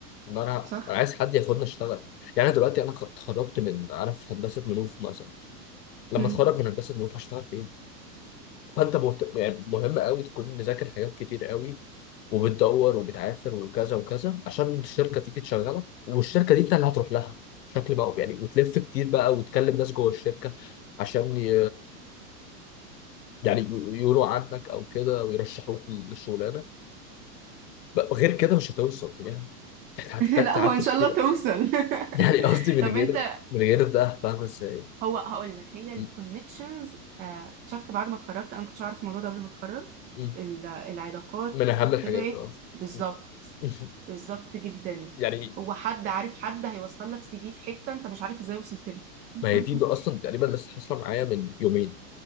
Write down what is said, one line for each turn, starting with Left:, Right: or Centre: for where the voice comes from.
Left: ان انا
Right: صح
Left: انا عايز حد ياخدني اشتغل يعني انا دلوقتي انا خ- اتخرجت من عارف هندسه منوف مثلا لما
Right: مم.
Left: اتخرج من هندسه منوف هشتغل فين؟ فانت مهت... يعني مهم قوي تكون مذاكر حاجات كتير قوي وبتدور وبتعافر وكذا وكذا عشان الشركه تيجي تشغلك والشركه دي انت اللي هتروح لها بشكل بقى يعني وتلف كتير بقى وتكلم ناس جوه الشركه عشان ي... يعني ي- يقولوا عنك او كده ويرشحوك للشغلانه بقى غير كده مش هتوصل يعني هت- هتحتاج
Right: <laughs> لا
Left: تعافر
Right: هو ان شاء
Left: كتير
Right: الله توصل
Left: أوي. يعني
Right: <laughs>
Left: قصدي
Right: طب
Left: من
Right: انت
Left: غير من غير ده فاهم ازاي
Right: هو هقول لك هي الكونكشنز
Left: م-
Right: شفت بعد ما اتخرجت انا ما كنتش اعرف الموضوع ده قبل ما اتخرج
Left: م-
Right: ال- العلاقات
Left: من اهم الحاجات
Right: طلعت
Left: اه
Right: بالظبط
Left: م- <laughs>
Right: بالظبط جدا
Left: يعني
Right: هو حد عارف حد هيوصل لك سي في في حتة انت مش عارف ازاي وصلت له <laughs>
Left: ما هي دي ده اصلا تقريبا لسه حاصله معايا من يومين